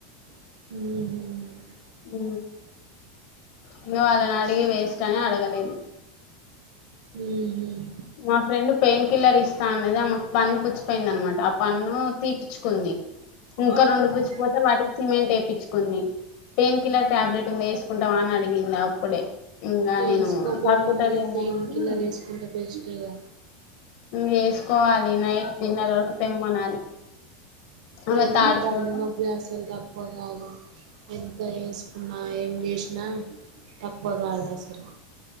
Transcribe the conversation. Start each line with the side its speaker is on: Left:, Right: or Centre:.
Right: హుమ్మ్
Left: హు ఇంగ వాళ్ళని అడిగి వేస్ట్ అని అడగలేదు
Right: హు మ్మ్
Left: మా ఫ్రెండ్ పెయిన్ కిల్లర్ ఇస్తా అనేది ఆమెకు పన్ను పుచ్చిపోయింది అనమాట ఆ పన్ను తీపిచ్చుకుంది ఇంకా
Right: ఆహా
Left: రెండు పుచ్చిపోతే వాటికి సిమెంట్ ఏపిచ్చుకుంది పెయిన్ కిలర్ ట్యాబ్లెట్ ఉంది వేసుకుంటవ అని అడిగింది అప్పుడే ఇంకా
Right: వేసుకోపోయినా
Left: నేను తగ్గుతదేమో
Right: మరి పెయిన్
Left: అని
Right: కిల్లర్ వేసుకుంటే బెస్టేగా
Left: ఇం వేసుకోవాలి నైట్ డిన్నర్ వరకు తెమ్మనాలి ఆమె
Right: లేకుంటే
Left: థర్డ్
Right: పన్ను
Left: ఫ్లోర్
Right: నొప్పి అస్సలు తక్కువ కాదు ఎంత చేసుకున్నా ఏం చేసినా తక్కువ కాదు అసలు